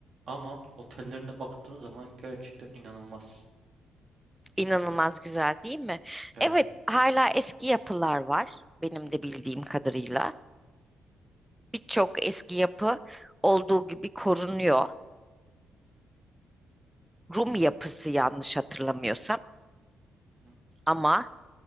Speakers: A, on the right; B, in the centre.
A: Ama otellerine baktığın zaman gerçekten inanılmaz. İşte
B: inanılmaz
A: böyle,
B: güzel değil mi?
A: evet,
B: Evet, hala eski yapılar var benim de bildiğim kadarıyla. birçok eski yapı olduğu gibi korunuyor. Rum yapısı yanlış hatırlamıyorsam
A: hı hı,
B: ama